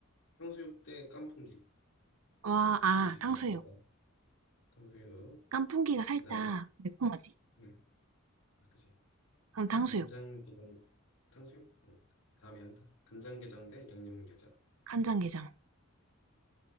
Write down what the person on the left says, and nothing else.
탕수육 대 깐풍기.
중식이야,
중간. 탕수육.
그 다음에,
음, 아, 그지.
간장게장. 탕수육? 응. 다음에 한다. 간장게장 대 양념게장.